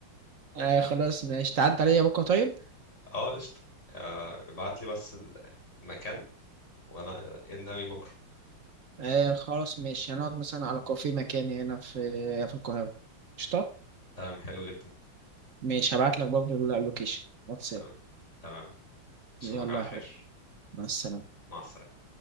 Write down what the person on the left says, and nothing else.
اه قشطة آه، ابعت لي بس ال- المكان وأنا إن أوي بكرة
تمام حلو جدا
تمام تمام أشوفك
على
خير
مع السلامة